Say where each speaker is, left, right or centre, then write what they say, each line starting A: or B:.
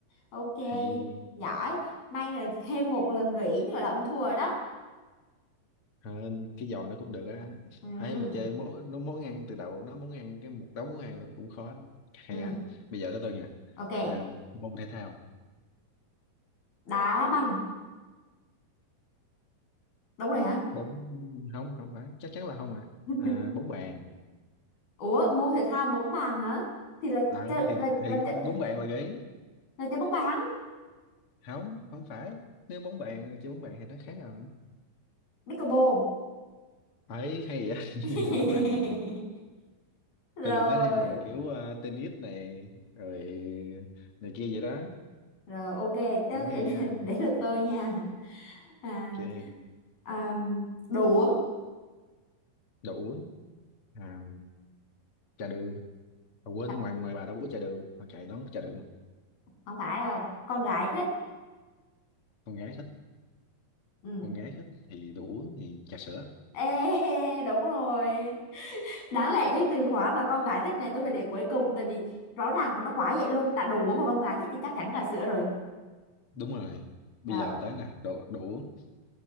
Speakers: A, on the left (about 75°); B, on the left (about 40°).
A: ok
B: hay
A: giỏi may là thêm một lần gợi ý nữa là ông thua rồi đó
B: Ờ, cái giò nó cũng được á
A: ừ.
B: ấy mà chơi món nó món ăn từ đầu nó món ăn cái một đống món ăn là cũng khó hay
A: Ừ.
B: à bây giờ tới tôi nha
A: ok
B: à, môn thể thao
A: đá banh đúng rồi hả
B: bóng không không phải chắc chắn là không à,
A: <laughs>
B: à bóng bàn
A: ủa môn thể thao mà bóng bàn hả thì là
B: Ờ,
A: chơi
B: thì
A: là là
B: thì
A: chơi,
B: bóng bàn là gợi ý
A: là chơi bóng bàn
B: không không phải nếu bóng bàn chơi bóng bàn thì nó khác rồi
A: pickleball
B: ấy hay vậy
A: <laughs>
B: <laughs> đúng à
A: rồi
B: tôi định nói thêm là kiểu ờ, tennis này rồi này kia vậy đó
A: Rồi ok, tới
B: cũng hay
A: đến
B: á
A: <laughs> đến được tôi nha. À,
B: ok
A: à, đồ uống.
B: đồ uống à, trà đường À, quên
A: À,
B: ngoài ngoài bà đâu có trà đường mà chạy đón trà đường
A: không phải đâu, con gái thích.
B: con gái thích
A: Ừ.
B: con gái thích thì đồ uống thì trà sữa
A: Ê, <laughs> đúng rồi. Đáng lẽ cái từ khóa mà con gái thích này tôi phải để cuối cùng tại vì rõ ràng của nó quá vậy luôn. Đã đồ uống mà con gái thích thì chắc chắn trà sữa rồi.
B: đúng rồi bây
A: Rồi,
B: giờ tới nè đồ đồ uống